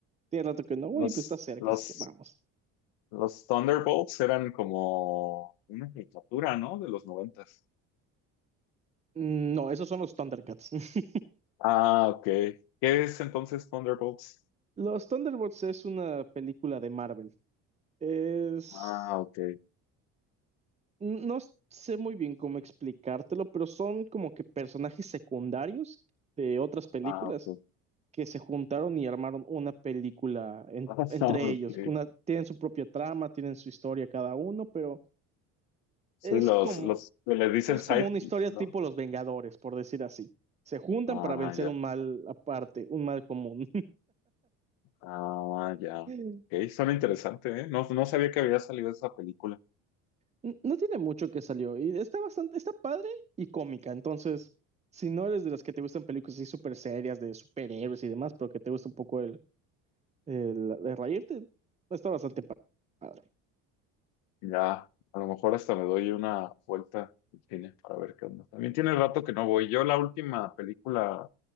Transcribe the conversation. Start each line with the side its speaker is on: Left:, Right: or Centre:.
Right: Tiene rato que no voy,
Left: Los,
Right: pues está cerca,
Left: los,
Right: así que vamos.
Left: los Thunderbolts eran como una caricatura, ¿no? De los noventas.
Right: Mm, No, esos son los Thundercats. <laughs>
Left: Ah, ok. ¿Qué es entonces Thunderbolts?
Right: Los Thunderbolts es una película de Marvel. Es
Left: Ah, ok.
Right: No s- sé muy bien cómo explicártelo, pero son como que personajes secundarios de otras películas
Left: Ah, ok.
Right: que se juntaron y armaron una película en-
Left: <laughs>
Right: entre
Left: Ah, ok.
Right: ellos. Una, tienen su propia trama, tienen su historia cada uno, pero
Left: Sí,
Right: es
Left: los,
Right: como,
Left: los que les dicen
Right: es
Left: sidekicks,
Right: como una historia
Left: ¿no?
Right: tipo Los Vengadores, por decir así. Se juntan
Left: Ah,
Right: para vencer
Left: ya.
Right: un mal aparte, un mal común.
Left: Ah, ya. Ok,
Right: <laughs>
Left: suena interesante, ¿eh? No, no sabía que había salido esa película.
Right: N- No tiene mucho que salió y está bastante, está padre y cómica. Entonces, si no eres de las que te gustan películas así súper serias de superhéroes y demás, pero que te gusta un poco el, el, el reírte, está bastante pa- padre.
Left: Ya, a lo mejor hasta me doy una vuelta al cine para ver qué onda. También tiene rato que no voy. Yo la última película